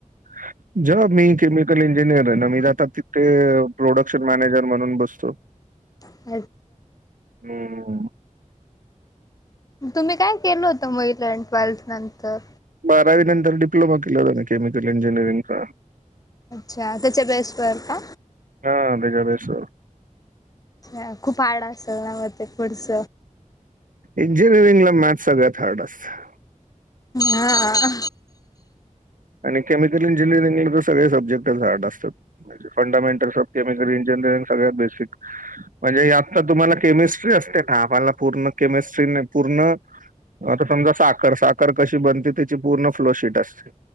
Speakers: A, on the right; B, on the left.
A: <inaudible> ज मी केमिकल इंजिनिअर आहे ना मी जात तिथे प्रोडक्शन मॅनेजर म्हणून बसतो.
B: <inaudible>
A: हम्म.
B: तुम्ही काय केलं होत महिल ट्वेल्थ नंतर?
A: बारावी नंतर डिप्लोमा केला होता केमिकल इंजिनिअरिंगचा.
B: अच्छा त्याच्या बेसवर का?
A: हा बघा बस
B: अ खूप हार्ड असेल ना मग ते पुडच?
A: इंजिनिअरिंग ला मॅथ्स सगळ्यात हार्ड असतं.
B: हा.
A: आणि केमिकल इंजीनियरिंग ला ज सगळे सब्जेक्टच हार्ड असतात म्हणजे फंडामेंटल सबकेमिकल इंजीनियरिंग सगळ्यात बेसिक म्हणजे आता तुम्हाला केमिस्ट्री असते ना, आम्हाला पूर्ण केमिस्ट्री नाही पूर्ण आता समजा साखर साखर कशी बनते त्याची पूर्ण फ्लोशीट असते.